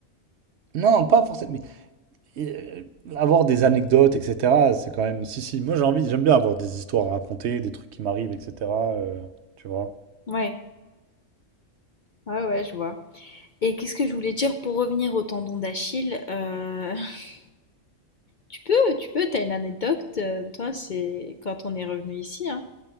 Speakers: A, on the right; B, on the left.
A: non, pas forcément. Et, euh, avoir des anecdotes, etc., c'est quand même. Si, si, moi j'ai envie, j'aime bien avoir des histoires à raconter, des trucs qui m'arrivent, etc., euh, tu vois.
B: Ouais, ouais, ouais, je vois. Et qu'est-ce que je voulais dire pour revenir au tendon d'Achille? euh, <laughs> Tu peux, tu peux, t'as une anecdote, euh, toi, c'est quand on est revenu ici, hein.